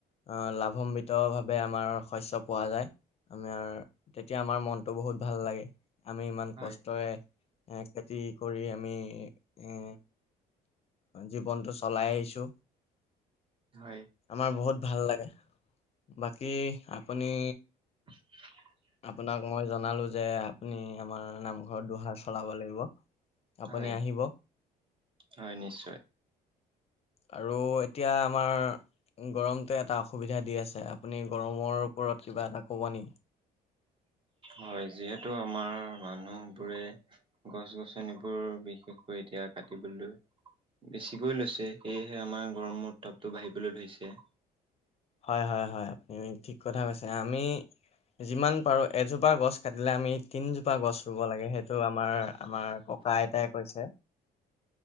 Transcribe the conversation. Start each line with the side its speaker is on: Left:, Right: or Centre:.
Left: আ, লাভান্বিতভাৱে আমাৰ শস্য পোৱা যায়। আমাৰ তেতিয়া আমাৰ মনটো বহুত ভাল লাগে, আমি ইমান
Right: হয়
Left: কষ্টৰে এ, খেতি কৰি আমি এ জীৱনটো চলাই আহিছোঁ।
Right: হয়।
Left: আমাৰ বহুত ভাল লাগে। বাকী আপুনি
Right: <inaudible>
Left: আপোনাক মই জনালো যে আপুনি আমাৰ নামঘৰত দুহাৰ চলাব লাগিব। আপুনি
Right: হয়,
Left: আহিব
Right: হয় নিশ্চয়।
Left: আৰু এতিয়া আমাৰ গৰমটোৱে এটা অসুবিধা দি আছে, আপুনি গৰমৰ ওপৰত কিবা এটা ক'ব নেকি?
Right: হয়, যিহেতু আমাৰ মানুহবোৰে গছ গছনিবোৰ বিশেষকৈ এতিয়া কাটিবলৈ বেছিকৈ লৈছে, সেয়েহে আমাৰ গৰমৰ উত্তাপটো বাঢ়িবলৈ ধৰিছে।
Left: হয় হয় হয়, আপুনি ঠিক কথা কৈছে। আমি যিমান পাৰো এজোপা গছ কাটিলে আমি তিনজোপা গছ ৰুব লাগে, সেইটো আমাৰ আমাৰ ককা আইতাই কৈছে।